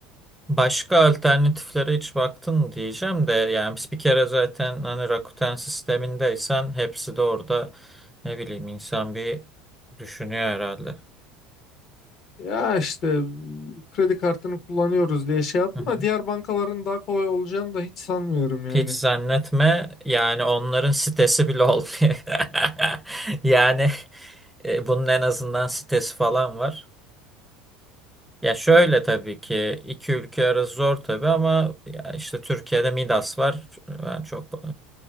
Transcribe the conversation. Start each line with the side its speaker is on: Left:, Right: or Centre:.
Centre: Başka alternatiflere hiç baktın mı diyeceğim de yani biz bir kere zaten hani Rakuten sistemindeysen hepsi de orada ne bileyim insan bir düşünüyor herhalde.
Left: Ya işte kredi kartını kullanıyoruz diye şey yaptım
Centre: Hı hı.
Left: ama diğer bankaların daha kolay olacağını da hiç sanmıyorum yani.
Centre: Hiç zannetme yani onların sitesi bile olmuyor. <laughs> Yani e, bunun en azından sitesi falan var. Ya şöyle tabii ki iki ülke arası zor tabii ama ya işte Türkiye'de Midas var. Ben çok